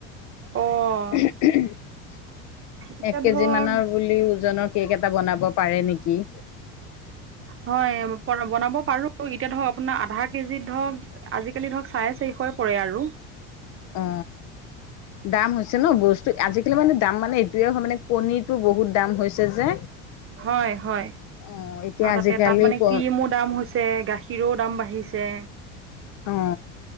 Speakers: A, on the right; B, on the left.
A: অ'
B: <inaudible>
A: এতিয়া
B: এক কেজি
A: ধৰক
B: মানৰ বুলি ওজনৰ কেক এটা বনাব পাৰে নেকি?
A: হয় বনাব পাৰো এতিয়া ধৰক আপোনাৰ আধা কেজিত ধৰক- আজিকালি ধৰক চাই চাইন্স পৰে আৰু।
B: অ, দাম হৈছে ন বস্তু আজিকালি মানে দাম মানে এইটোয়ে হয় মানে- কণীটো বহুত দাম হৈছে যে।
A: হয় হয়,
B: অ এতিয়া
A: আৰু
B: আজিকালি
A: তাতে তাত মানে
B: ক
A: কি ম দাম হৈছে গাখীৰও দাম বাঢ়িছে।
B: অ,